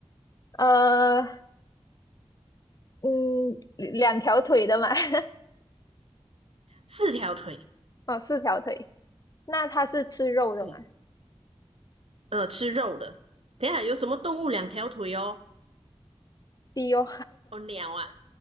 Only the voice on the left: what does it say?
呃，嗯，两条腿的嘛，<laughs>
哦，四条腿。那它是吃肉的嘛？
鸡哦，